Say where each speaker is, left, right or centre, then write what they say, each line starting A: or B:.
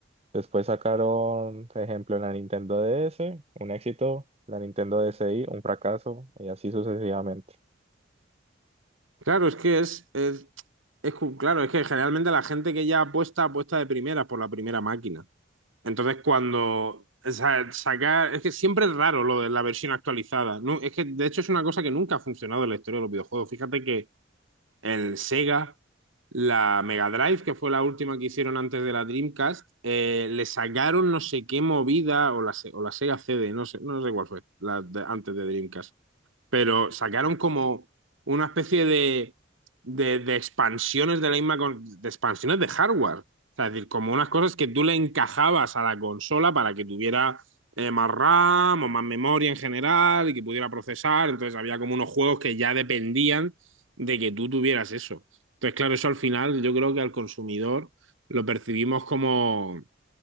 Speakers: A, on the right; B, on the right.
A: Después sacaron, por ejemplo, la Nintendo DS, un éxito, la Nintendo DSi, un fracaso, y así sucesivamente.
B: Claro, es que es, es, es cu- claro, es que generalmente la gente que ya apuesta, apuesta de primeras por la primera máquina. Entonces, cuando o sea, sacar, es que siempre es raro lo de la versión actualizada. No, es que de hecho es una cosa que nunca ha funcionado en la historia de los videojuegos. Fíjate que el Sega, la Mega Drive, que fue la última que hicieron antes de la Dreamcast, eh, le sacaron no sé qué movida, o la, Se- o la Sega CD, no sé, no sé cuál fue, la de- antes de Dreamcast pero sacaron como una especie de, de, de expansiones de la misma, de expansiones de hardware. O sea, es decir, como unas cosas que tú le encajabas a la consola para que tuviera eh, más RAM o más memoria en general y que pudiera procesar. Entonces había como unos juegos que ya dependían de que tú tuvieras eso. Entonces, claro, eso al final yo creo que al consumidor lo percibimos como,